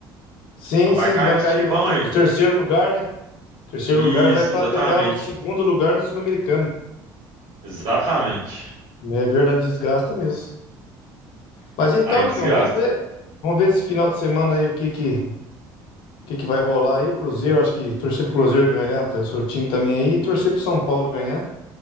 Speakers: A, on the left; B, on the right.
A: Sim,
B: Então vai
A: sim,
B: cair
A: que vai
B: uns
A: cair
B: times bons
A: o, ter-
B: aí.
A: o terceiro lugar, né? Terceiro
B: Isso,
A: lugar vai para
B: exatamente.
A: pegar o segundo lugar na Sul-Americana.
B: Exatamente.
A: É verdade, desgasta mesmo. Mas então,
B: Aí
A: amigão,
B: desgasta.
A: vamos ver. Vamos ver esse final de semana aí o que que, o que que vai rolar aí. O Cruzeiro, acho que torcer pro Cruzeiro ganhar, ter o seu time também aí, e torcer pro São Paulo ganhar,